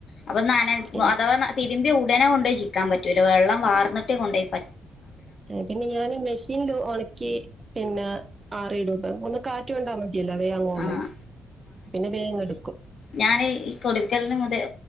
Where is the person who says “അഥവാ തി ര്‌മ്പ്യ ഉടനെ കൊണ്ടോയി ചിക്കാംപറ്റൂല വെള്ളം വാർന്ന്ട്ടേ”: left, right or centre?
Left